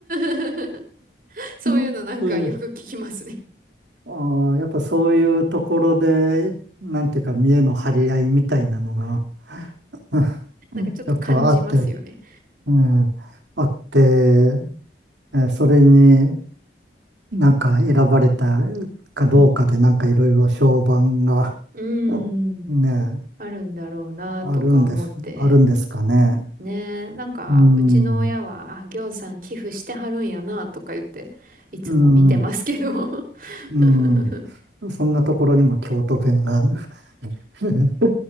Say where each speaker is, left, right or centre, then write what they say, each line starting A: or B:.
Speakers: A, on the right; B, on the right.
A: <laughs> そういうのなんかよく聞きますね。
B: <laughs> そういう、ああ、やっぱそういうところで、なんていうか、見栄の張り合いみたいなのが、<laughs> うんやっぱあって、
A: なんかちょっと感じますよね。
B: うん、あって、えーそれに、なんか選ばれたかどうかでなんかいろいろ評判が
A: うん。うー
B: <laughs>
A: ん。
B: ね、
A: あるんだろうなとか思って。
B: あるんです、あるんですかね。
A: ねえ、なんか、
B: うん、
A: うちの親は、あ、ぎょうさん寄付してはるんやな、とか言って、いつも見てますけど。
B: うん、
A: <laughs>
B: うん。そんなところにも京都弁が <laughs> う